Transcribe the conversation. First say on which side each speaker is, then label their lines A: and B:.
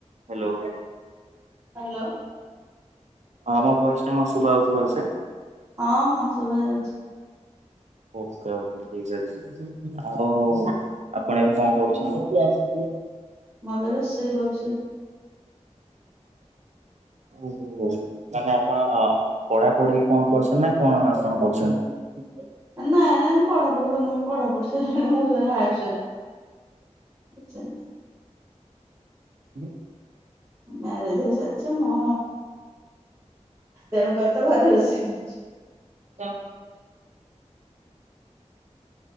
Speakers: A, on the right; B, on the right.
A: Hello.
B: Hello.
A: ହଁ ମୋ ବୟସ୍ ଟା କଣ ଶୁଭା ହଉଛି ଭଲସେ।
B: ହଁ ହଁ, ଶୁଭା ଯାଉଚି।
A: ଓକେ ଓକେ, ଠିକ ଅଛି, ଆଉ ଆପଣ ଏବେ କଣ କରୁଚନ୍ତି?
B: ମୁଁ ଏବେ ରୋଷେଇ କରୁଛି।
A: ଓହୋ। ନା ନା ଆପଣ ପଢ଼ାପଢି଼ କଣ କରୁଚନ୍ତି ନା, କଣ ଆପଣ କରୁଚନ୍ତି?
B: ନାଇଁ ନାଇଁ, ମୁଁ ପଢ଼ାପଢି଼ କରୁନି, ମୋ ପଢ଼ାପଢି଼ ସଇଲାଣି, ମୁଁ ଜଣେ <unintelligible> ଅଛ ନାଁ?
A: <unintelligible>
B: ମ୍ୟାରେଜ ହେଇ ସାରିଚି ମୁଁ, ତେଣୁ କରି ତ ଘରେ ରୋଷେଇ କରୁଚି।
A: <unintelligible>